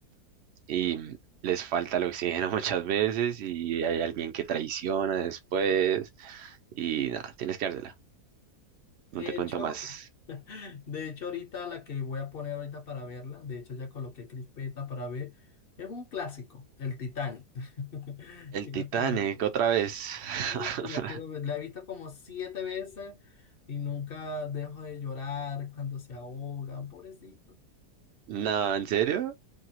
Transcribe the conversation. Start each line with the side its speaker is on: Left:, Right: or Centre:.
Right: y les falta el oxígeno <laughs> muchas veces y hay alguien que traiciona después y nada, tienes que dártela. No
Left: De
Right: te cuento
Left: hecho,
Right: más.
Left: De hecho, ahorita la que voy a poner ahorita para verla, de hecho ya coloqué crispeta para ver, es un clásico, el Titanic. <laughs>
Right: El
Left: Quiero
Right: Titanic,
Left: como,
Right: otra vez. <laughs>
Left: y la quiero ver, la he visto como siete veces y nunca dejo de llorar cuando se ahogan, pobrecito.
Right: No, ¿en serio?